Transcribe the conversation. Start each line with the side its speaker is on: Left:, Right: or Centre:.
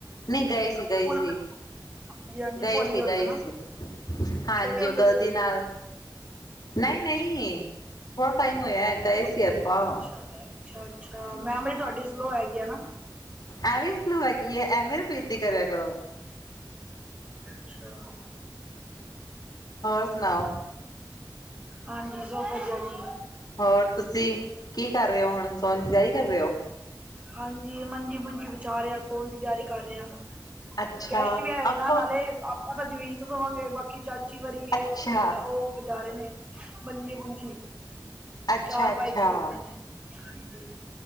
Left: ਨਹੀਂ ਗਏ ਸੀ, ਗਈ ਸੀ।
Right: ਹਾਂਜੀ ਹਾਂਜੀ
Left: ਗਏ
Right: ਭੁੱਲ
Left: ਸੀ,
Right: ਹੋਣੇ
Left: ਗਏ
Right: ਹਨਾ
Left: ਸੀ, ਹਾਂਜੀ
Right: ਛੋਟੇ ਹੁੰਦੇ
Left: ਉਹ ਗਲਤੀ
Right: ਗਏ ਹੋਣੇ
Left: ਨਾਲ ਨਹੀਂ ਨਹੀਂ, ਥੋੜਾ ਟਾਈਮ ਹੋਇਆ ਗਏ ਸੀ ਆਪਾਂ।
Right: ਅੱਛਾ ਅੱਛਾ ਅੱਛਾ, ਮੈਮਰੀ ਤੁਹਾਡੀ ਸਲੋ ਹੈਗੀ ਆ ਨਾ।
Left: ਐਵੇਂ ਸਲੂ ਹੈਗੀ ਹੈ, ਐਵੇਂ ਨਾ ਬੇਸਤੀ ਕਰਿਆ ਕਰੋ।
Right: ਅੱਛਾ।
Left: ਹੋਰ ਸੁਣਾਓ
Right: ਹਾਂਜੀ, ਸਭ ਵਧੀਆ ਜੀ।
Left: ਹੋਰ ਤੁਸੀਂ ਕੀ ਕਰ ਰਹੇ ਹੋ ਹੁਣ? ਸੋਨ ਦੀ ਤਿਆਰੀ ਕਰ ਰਹੇ ਹੋ।
Right: ਹਾਂਜੀ, ਮੰਜੀ- ਮੂੰਜੀ ਬਛਾ ਰਿਹਾ ਆ, ਸੋਣ ਦੀ ਤਿਆਰੀ ਕਰ ਰਹੇ ਹਾਂ।
Left: ਅੱਛਾ
Right: ਗੈਸਟ ਵੀ ਆਏ
Left: ਆਪਾਂ
Right: ਨਾ ਨਾਲੇ, ਆਪਾਂ ਤਾਂ ਜ਼ਮੀਨ ਤੋਂ ਸਵਾਂਗੇ, ਬਾਕੀ ਚਾਚੀ ਵਾਰੀ
Left: ਅੱਛਾ
Right: ਉਹ ਬਿਜਾਰੇ ਨੇ ਮੰਜੀ ਮੂੰਜੀ
Left: ਅੱਛਾ
Right: ਚਾਰ
Left: ਅੱਛਾ
Right: ਪਾਈ 'ਚ ਸੋਦੇ ਨੇ, ਹਾਂਜੀ,